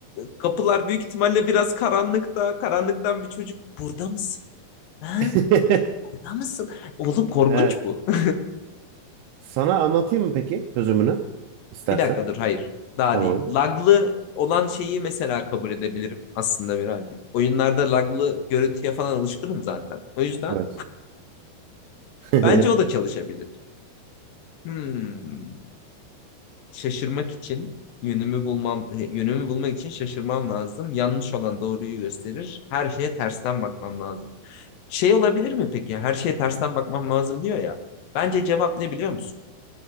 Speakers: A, on the left; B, on the right.
A: kapılar büyük ihtimalle biraz karanlıkta karanlıktan bir çocuk burada mısın? Ha?
B: <laughs>
A: Burada mısın? Oğlum korkunç
B: Evet.
A: bu. <laughs>
B: Sana anlatayım mı peki çözümünü? İstersen.
A: Bir dakika dur hayır daha
B: Tamam.
A: değil. Laglı olan şeyi mesela kabul edebilirim aslında birazcık. Oyunlarda laglı görüntüye falan alışkınım zaten. O yüzden
B: Evet. <laughs>
A: bence o da çalışabilir. Hmm. şaşırmak için yönümü bulmam yönümü bulmak için şaşırmam lazım. Yanlış olan doğruyu gösterir. Her şeye tersten bakmam lazım. Şey olabilir mi peki? Her şeye tersten bakmam lazım diyor ya. Bence cevap ne biliyor musun?